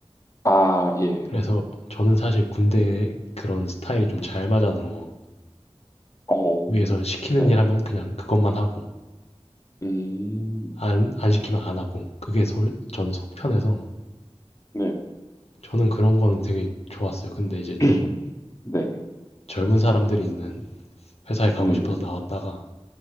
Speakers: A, on the left; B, on the left.
A: 아 예,
B: 그래서 저는 사실 군대
A: 음,
B: 그런 스타일이 좀 잘
A: 음,
B: 맞아서
A: 어,
B: 위에서 시키는
A: 네,
B: 일 하면 그냥 그것만 하고
A: 음,
B: 안, 안 시키면 안 하고 그게 소, 전 속편해서
A: 네네
B: 저는 그런 거는 되게 좋았어요. 근데 이제 좀
A: <clears throat> 네,
B: 젊은 사람들이 있는 회사에 가고
A: 음,
B: 싶어서 나왔다가